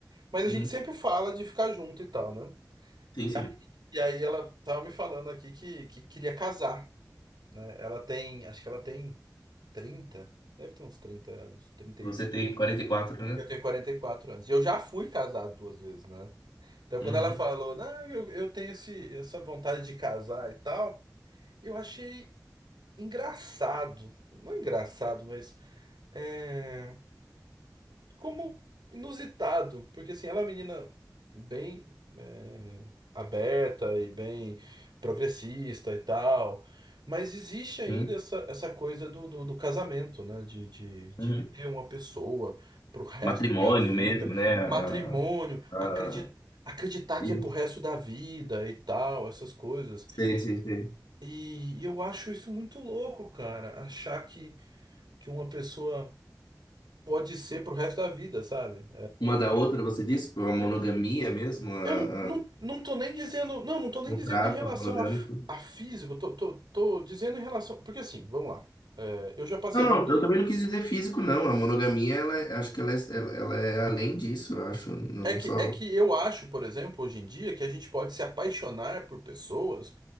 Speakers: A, on the right (about 80°); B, on the left (about 90°).
A: Mas
B: Uhum.
A: a gente sempre fala de ficar junto e tal, né?
B: Sim,
A: E,
B: sim.
A: a- e aí ela tava me falando aqui que, que queria casar, né? Ela tem, acho que ela tem 30, deve ter uns 30 anos, 31.
B: Você tem 44, né?
A: Eu tenho 44 anos. E eu já fui casado duas vezes, né? Então, quando
B: Uhum.
A: ela falou, não, eu, eu tenho esse, essa vontade de casar e tal, eu achei engraçado. Não engraçado, mas. eh, como inusitado, porque assim, ela é uma menina bem é, aberta e bem progressista e tal, mas existe ainda
B: Uhum.
A: essa, essa coisa do, do, do casamento, né? De, de, de
B: Uhum.
A: ter uma pessoa pro resto
B: Matrimônio
A: da vida,
B: mesmo, né? A,
A: matrimônio,
B: a...
A: acreditar. Acreditar
B: e-
A: que é pro resto da vida e tal, essas coisas.
B: Sei, sei, sei.
A: E, e eu acho isso muito louco, cara. Achar que, que uma pessoa pode ser pro resto da vida, sabe?
B: Uma da outra, você disse? Pô, A monogamia mesmo? A,
A: Eu não, não,
B: a...
A: não tô nem dizendo. Não, não tô nem
B: Contrato
A: dizendo em relação
B: monogâmico?
A: a, f- a físico. Tô, tô, tô dizendo em relação. Porque assim, vamos lá. É, eu já passei
B: Não, não.
A: por. do-
B: Eu também não quis dizer físico, não. A monogamia, ela, é, acho que ela é, ela ela é além disso, eu acho. Não
A: É que,
B: só...
A: é que eu acho, por exemplo, hoje em dia, que a gente pode se apaixonar por pessoas